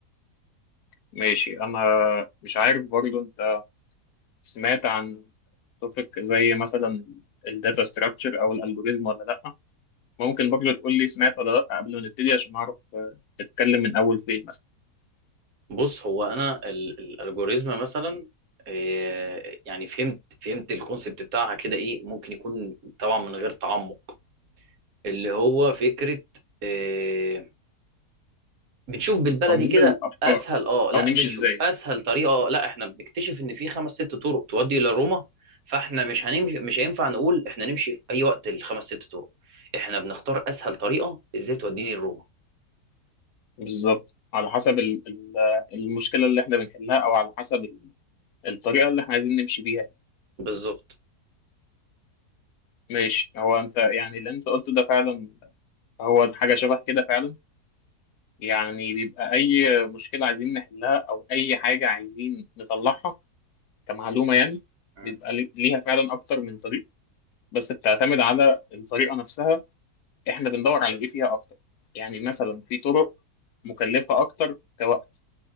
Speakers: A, on the left; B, on the right.
A: ماشي انا مش عارف برضو انت سمعت عن توبيك زي مثلا الداتا ستراكشر او الالجوريزم ولا لا ممكن برضو تقول لي سمعت ولا لا قبل ما نبتدي عشان اعرف آه، نتكلم من اول فين مثلا
B: بص هو انا ال- الالجوريزم مثلا إيه، يعني فهمت فهمت الكونسبت بتاعها كده ايه ممكن يكون طبعا من غير تعمق اللي هو فكرة إيه، بنشوف بالبلدي
A: تنظيم
B: كده
A: الافكار
B: اسهل اه لا
A: او نمشي
B: بنشوف
A: ازاي
B: اسهل طريقة آه، لا احنا بنكتشف ان في خمس ست طرق تؤدي الى روما فاحنا مش هنمشي مش هينفع نقول احنا نمشي في اي وقت الخمس ست طرق احنا بنختار اسهل طريقة ازاي توديني لروما
A: بالظبط على حسب ال- ال- المشكله اللي احنا بنحلها او على حسب ال- الطريقه اللي احنا عايزين نمشي بيها
B: بالظبط
A: ماشي هو انت يعني اللي انت قلته ده فعلا هو حاجة شبه كده فعلا يعني بيبقى اي مشكلة عايزين نحلها او اي حاجة عايزين نطلعها كمعلومة يعني
B: مم.
A: بيبقى لي- ليها فعلا اكتر من طريق بس بتعتمد على الطريقة نفسها احنا بندور على ايه فيها اكتر يعني مثلا في طرق مكلفة اكتر كوقت